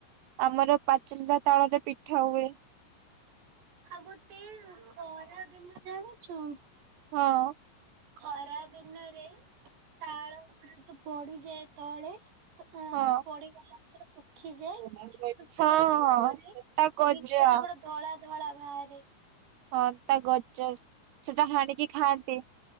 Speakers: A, on the right; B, on the right.
A: ଆମର ପାଚିଲା ତାଳରେ ପିଠା ହୁଏ।
B: ଆଉ ଗୋଟେ ଖରା ଦିନ ଜାଣିଛୁ
A: ହଁ।
B: ଖରା ଦିନରେ ତାଳ ଗୁଡ଼ାକ ପଡ଼ିଯାଏ ତଳେ। ଏ
A: ହଁ।
B: ପଡ଼ିଗଲା ଖିଯାଏ
A: ହଁ ହଁ
B: ଶୁଖିଗଲା ପରେ
A: ତା
B: ସେ
A: ଗଜା
B: ଭିତରେ ଗୋଡ଼େ ଧଳା ଧଳା ବାହାରେ।
A: ହଁ ତା ଗଜା ସେଟା ହାଣିକି ଖାଆନ୍ତି।